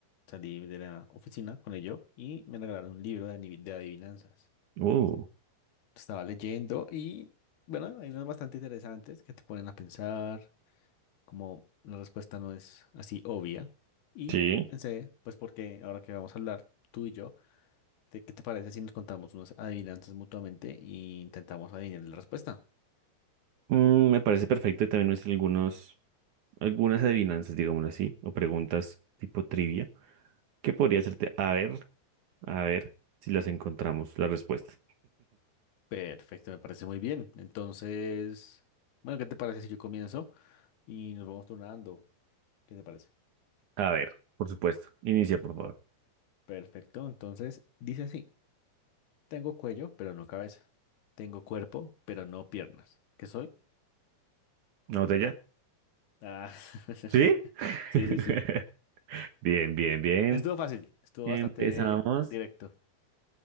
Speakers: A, on the left; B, on the right.
A: salí de la oficina con ello y me regalaron un libro de, ani- de adivinanzas.
B: Uh,
A: Estaba leyendo y, bueno, hay unas bastante interesantes que te ponen a pensar, como la respuesta no es así obvia. Y
B: sí.
A: pensé, pues porque ahora que vamos a hablar tú y yo, ¿te- ¿qué te parece si nos contamos unas adivinanzas mutuamente e intentamos adivinar la respuesta?
B: Mm, me parece perfecto. y También me hice algunos, algunas adivinanzas, digámoslo así, o preguntas tipo trivia. que podría hacerte? A ver, a ver si las encontramos, la respuesta.
A: Perfecto, me parece muy bien. Entonces, bueno, ¿qué te parece si yo comienzo y nos vamos turnando? ¿Qué te parece?
B: A ver, por supuesto. Inicia, por favor.
A: Perfecto, entonces dice así, tengo cuello, pero no cabeza. Tengo cuerpo, pero no piernas. ¿Qué soy?
B: ¿Una botella?
A: Ah,
B: ¿Sí? <laughs>
A: <laughs> sí, sí, sí.
B: Bien, bien, bien.
A: Estuvo fácil, estuvo
B: Empezamos.
A: bastante directo,